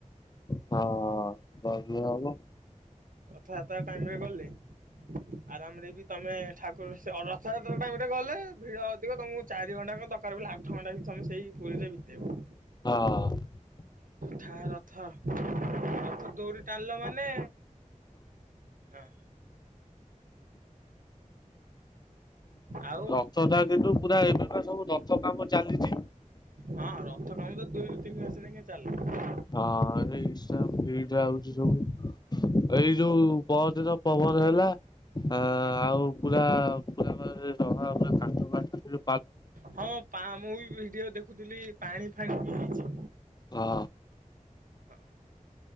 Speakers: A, on the left; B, on the right.
A: ହଁ ଗଲେ ହବ।
B: ରଥଯାତା ଟାଇମ୍ ରେ ଗଲେ ଆରାମ ରେ ବି ତମେ ଠାକୁର ସେ ଅ ରଥଯାତ୍ରା ଟାଇମରେ ଗଲେ ଭିଡ ଅଧିକ ତମକୁ ଚାରି ଘଣ୍ଟା କଅ ଦରକାର ପଇଲେ ଆଠ ଘଣ୍ଟା ବି ତମେ ସେଇ ପୁରୀ ରେ ବିତେଇବ।
A: ହଁ।
B: ଥା ରଥ ରଥ ଦୌଡ଼ି ଟାଣିଲ ମାନେ ଆଁ। ଆଉ
A: ରଥ ଟା କିନ୍ତୁ ପୁରା ଏବେ ପା ସବୁ ରଥ କାମ ଚାଲିଚି।
B: ହଁ। ରଥ କାମ ତ ଦୁଇରୁ ତିନି ମାସ ଲେଖାଏଁ ଚାଲେ।
A: ହଁ ଏଇ ହିସାବ ଫିଲ୍ଡରେ ଆଉଚି ସବୁ। ଏଇ ଯୋଉ ପହର୍ଦିନ ପବନ ହେଲା ଆ
B: ହଁ
A: ଆଉ ପୁରା ପୁରା <unintelligible> କାଠ ଫାଠ ଫୁଣି
B: ହଁ ପା ମୁଁ ବି ଭିଡିଓ ଦେଖୁଥିଲି ପାଣି ଫାଣି ବି ହେଇଛି।
A: ହଁ।
B: ହଁ